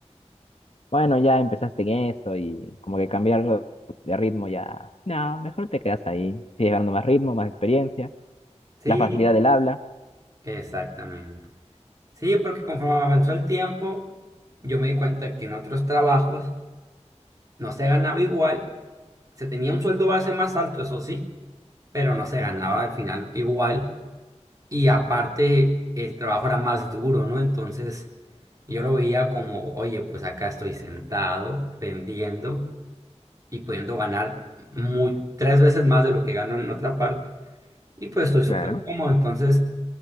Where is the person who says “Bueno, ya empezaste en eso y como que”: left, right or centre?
Left